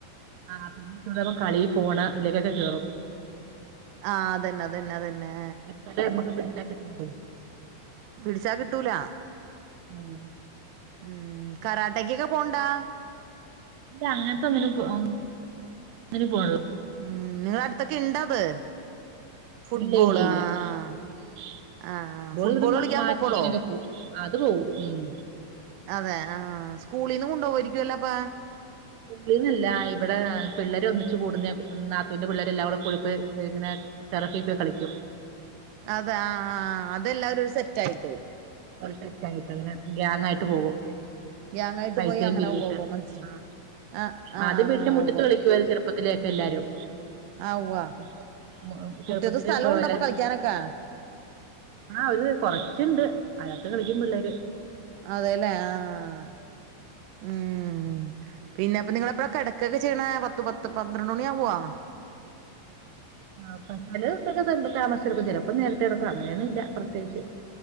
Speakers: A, on the right; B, on the right.
A: ആ പിന്നെ തുടങ്ങും കളി ഫോണ് ഇതിലൊക്ക കേറും
B: ആഹ് അതന്നെ അതന്നെ അത ന്നെ
A: എപ്പഴേ നമ്മക്ക് പിടിച്ചാ കിട്ടുള്ളൂ
B: പിടിച്ചാ കിട്ടൂല
A: ഉം
B: ഉം കരാട്ടെക്കൊക്കെ പോണ്ടാ
A: ഇല്ല അങ്ങനത്തെ ഒന്നിനു പോ ഒന്നിനു പോ
B: ഉം നിങ്ങള അടുത്തൊക്കെ ഇണ്ടത് ഫുട്ബോൾ
A: ഇല്ല ഇല്ല
B: ആഹ
A: ഇല്ല ഉം
B: ആ് ഫുട്ബോൾ
A: ഇവിടെ
B: കളിക്കാൻ
A: മാച്ചിങ്ങിനൊക്കെ
B: പോക്കോളോ
A: പോവും അത് പോവും ഉം
B: അതെ ആഹ് സ്കൂളിൽന്ന് കൊണ്ടുപോകായിരിക്കുവല്ലപ്പ
A: സ്കൂളീന്നല്ല ഇവിടെ പിള്ളേരൊന്നിച്ച് കൂടുന്നെ നാത്തൂന്റെ പിള്ളരെല്ലാം കൂടീട്ട് ഇങ്ങനെ ടെറസിൽ പോയി കളിക്കും.
B: അത ആ ആ അതെല്ലാവരും ഒരു സെറ്റ് ആയിട്ട്
A: അവര് സെറ്റായിട്ടങ്ങനെ ഗ്യാങ്ങായിട്ട് പോകും
B: ഗ്യാങ്ങായിട്ട്
A: പൈസയും
B: പോയി അങ്ങനെ
A: പിരിവിട്ട്
B: ഉവ്വ ഉവ്വ മനസ്സിലായി
A: ആ
B: ആഹ് ആഹ്
A: ആദ്യം വീടിൻ്റെ
B: ആഹ്
A: മുറ്റത്ത്
B: ഉവ്വ
A: കളിക്കുവായിരുന്നു ചെറുപ്പത്തിലെയൊക്കെ എല്ലാവരും
B: ആഹ് ഉവ്വ
A: ഇപ്പം ചെറുപ്പത്തില്
B: മുറ്റത്ത് സ്ഥലം ഉണ്ടോ
A: എല്ലാരും
B: അപ്പൊ കളിക്കാനൊക്കെ
A: ആ ഒരു കൊറച്ചുണ്ട് അയാ <unintelligible> കളിക്കും പിള്ളേര്
B: അതേല്ലേ ആഹ് ഉം പിന്നെപ്പ നിങ്ങള് എപ്പഴാ കിടക്കേക്ക ചെയ്യണെ പത്തു പത്ത് പന്ത്രണ്ട് മണി ആവുവാ
A: ആ ചില ദിവസോക്കെ താമസിച്ച് ടക്കും ചിലപ്പോ നേരത്തെ കെടക്കും അങ്ങനെയൊന്നും ഇല്ല പ്രത്യേകിച്ച്